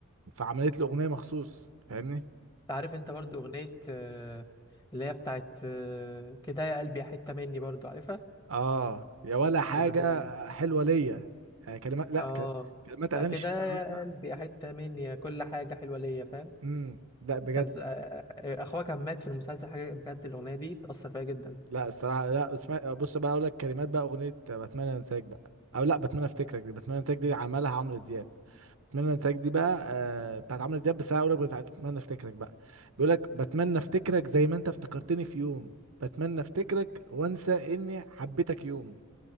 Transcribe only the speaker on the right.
فعملت له اغنيه مخصوص فاهمني
اه يا ولا حاجه
حلوه ليا يعني كلمات لا
ك- كلمات
اغاني
الشيخ
اصلا
امم لا بجد
لا الصراحه لا اسمع بص بقى اقول لك كلمات بقى اغنيه بتمنى انساك بقى او لا بتمنى افتكرك دي بتمنى انساك دي عملها عمرو دياب بتمنى انساك دي بقى آه بتاعت عمرو دياب بس انا اقول لك بتاعت بتمنى افتكرك بقى بيقول لك بتمنى افتكرك زي ما انت افتكرتني في يوم بتمنى افتكرك وانسى اني حبيتك يوم